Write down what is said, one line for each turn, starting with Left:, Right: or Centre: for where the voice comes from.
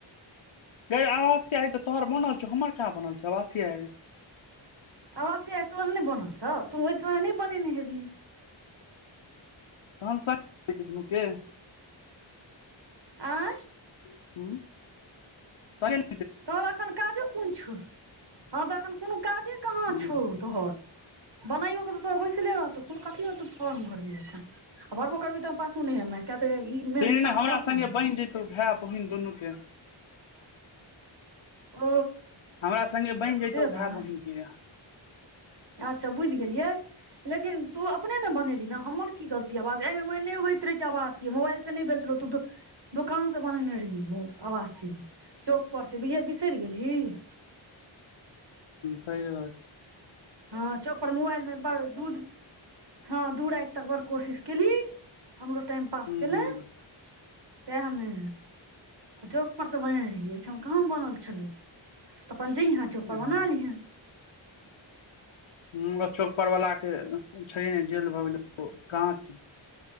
Left: गै आवाज से आइ तऽ तोहर बनल छौ हमर कहाँ बनल छौ आवासीय
Right: आवासीय तोहर नहि बनल छौ तू ओहि समय नहि बनेने हेबीही
Left: तहन सक होइ छै दुनूके
Right: आंइ
Left: ह सकें
Right: तोहर एखन काजो कोन छौ हँ तऽ एखन कोनो काजे कहाँ
Left: हूँ
Right: छौ तोहर बनाइयओके तऽ तो बैसले रहतौ कोन कथि ले तू फॉर्म भरलीही अखन भरबो करबीही तऽ पासो नहि हेमे किया तऽ ई मेन
Left: से ने
Right: पार
Left: हमरा
Right: कर
Left: संगे
Right: पहिले
Left: बनि जैतौ भाय बहिन दुनू के
Right: ओ
Left: हमरा सङ्गे बनि जयतो
Right: से बात
Left: भाय बहिन गे
Right: अच्छा बुझि गेलियै लेकिन तू अपने ने बनेली ने हमर की गलती आवाज एहि मे नहि होइत रहै छै आवासीय मोबाइल से नहि भेल छलौ तू तऽ दुकान से बननेे रहहि ने आवासी चौक पर से बिसरि गेलही कि
Left: कहि रहल छी
Right: हँ चौक पर मोबाइल मे बड़ दूध हँ दू राति तक बर कोशिश केलहि हमरो टाइम पास
Left: हूँ
Right: केलैं सएहमे तऽ चौक पर से बनेने रहियै एहिठाम से कहाँ बनल छलहु अपन जहिया चौक
Left: हूँ
Right: पर बना लिहैं
Left: हूँ चौकपरवलाके छैये नहि जेल भऽ गेलै ओ कहाँ छै